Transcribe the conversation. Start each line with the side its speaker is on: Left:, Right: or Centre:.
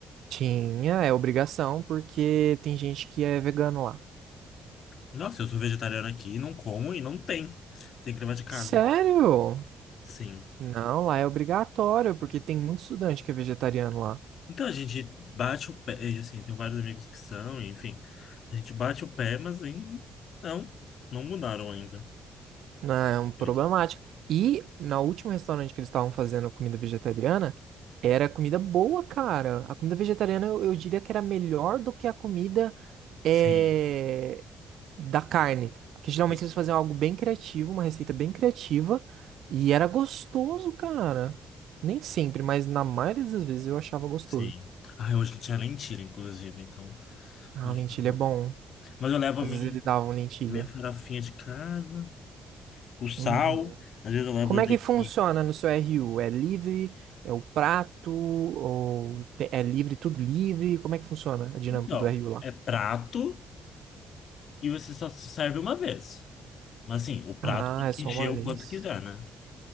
Right: Tinha, é obrigação, porque tem gente que é vegano lá.
Left: Nossa, eu sou vegetariano aqui, não como e não tem. Tem que levar de casa.
Right: Sério?
Left: Sim.
Right: Não, lá é obrigatório, porque tem muito estudante que é vegetariano lá.
Left: Então a gente bate o pé, e, assim, eu tenho vários amigos que são, enfim, a gente bate o pé, mas em- não, não mudaram ainda.
Right: Ah, é um problemático.
Left: Ele-
Right: E na última restaurante que eles estavam fazendo comida vegetariana, era comida boa, cara. A comida vegetariana eu, eu diria que era melhor do que a comida eh,
Left: Sim,
Right: da carne. Porque geralmente
Left: sim.
Right: eles faziam algo bem criativo, uma receita bem criativa, e era gostoso, cara. Nem sempre, mas na maioria das vezes eu achava gostoso.
Left: sim. Ai, hoje tinha lentilha, inclusive, então
Right: Ah,
Left: hoje
Right: lentilha
Left: tá bom.
Right: é bom.
Left: Mas eu levo
Right: Às
Left: a minha,
Right: vezes eles davam lentilha.
Left: minha farofinha de casa, o sal,
Right: Uhum.
Left: às vezes eu levo
Right: Como
Left: azeite.
Right: é que funciona no seu RU? É livre? É o prato? Ou te- é livre, tudo livre? Como é que funciona a dinâmica
Left: Então,
Right: do RU lá?
Left: é prato e você só se serve uma vez. Mas assim, o prato
Right: Ah,
Left: tem
Right: é
Left: que
Right: só
Left: encher
Right: uma
Left: o
Right: vez.
Left: quanto quiser, né?